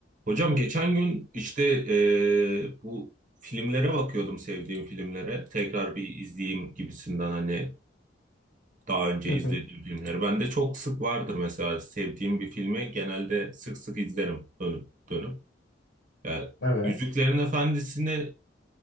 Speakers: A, on the right; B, on the left.
A: Hocam geçen gün işte eee, bu filmlere bakıyordum sevdiğim filmlere. Tekrar bir izleyeyim gibisinden hani daha önce
B: Hı
A: izlediğim
B: hı.
A: filmleri. Ben de çok sık vardır mesela sevdiğim bir filmi genelde sık sık izlerim dönüp dönüp. Yani
B: Evet.
A: Yüzüklerin Efendisi'ni